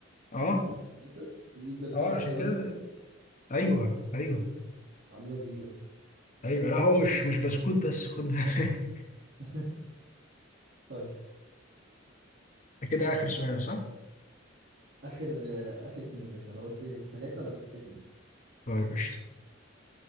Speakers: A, on the left; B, on the right.
A: اه
B: اللوتس في بجد
A: اه
B: زهرة اسمها
A: عشان
B: زهرة
A: كده
B: اللوتس
A: ايوه ايوه
B: معلومة جديدة دي
A: ايوه لا هو مش مش بسكوت بس خد بالك
B: <laughs> طيب
A: <laughs> ده كده اخر سؤال صح؟
B: اخر آه، اخر اتنين لسه انا قلت تلاتة انا قلت اتنين
A: طيب قشطة